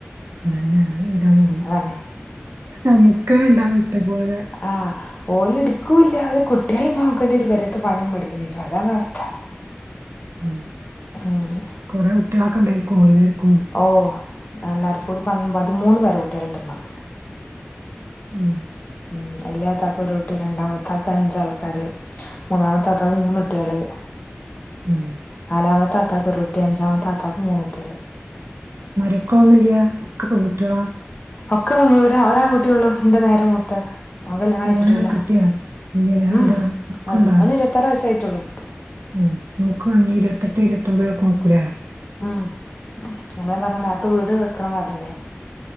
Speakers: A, on the right; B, on the left.
A: അതന്നെ അത് ചെയ്താ മതി
B: അതാണ്
A: അമ്മക്ക് ഉണ്ടാവും ഇഷ്ടം പോലെ
B: ആഹ്‌ ഓല് ഇട്ക്കൂല്ല അവരെ കുട്ട്യേളീം നോക്കേണ്ടി വരും പെരേത്തെ പണിം എടുക്കേണ്ടി വരും അതാണ് അവസ്ഥ
A: ഉം
B: ആഹ്
A: കൊറേ കുട്ട്യേള് ഒക്കെ ഉണ്ടായിരിക്കും എല്ലാര്ക്കും
B: ഓഹ്‌ എല്ലാവർക്കും കൂടി പൻ പതിമൂന്ന് പേരകുട്ട്യാള് ണ്ട് ഇമ്മാക്ക്
A: ഉം
B: ഉം വല്ല്യ താത്താക്ക് ഒരുകുട്ടി രണ്ടാമത്തെ ആൾക്ക് അഞ്ചാൾക്കാര് മൂന്നാമത്തെ താത്താക്ക് മൂന്നുട്ട്യാള്
A: ഉം
B: നാലാമത്തെ താത്താക്ക് ഒരു കുട്ടി അഞ്ചാമത്തെ താത്താക്കും മൂന്നു കുട്ട്യാള്
A: മരൊക്കളൊന്നും ഇല്ല്യ ഒക്കെ പെൺ കുട്ട്യാളാ
B: ഒക്കെ പെൺ കു ഒരാ ഒരാൺ കുട്ട്യേള്ളു എന്റെ നേരെ മൂത്തത് ഓൻ കല്യാണം കഴിച്ചിട്ടുല്ല
A: ഓനെ കെട്ടിയാ ഇല്ലല്ല അതെന്താ
B: ഉം ഉം
A: നോക്കണ്ടാ
B: ഒൻ ഓന് ഇരുപത്താറ് വയസ്സായിട്ടൊള്ളൂ
A: ഉം നോക്കണം ഇരുപത്തെട്ട് ഇരുപത്തൊമ്പതിലൊക്കെ നോക്കൂലെ
B: ഉം അതാ പറഞ്ഞെ നേരത്തെ വീട് വെക്കണം പർഞ്ഞില്ലേ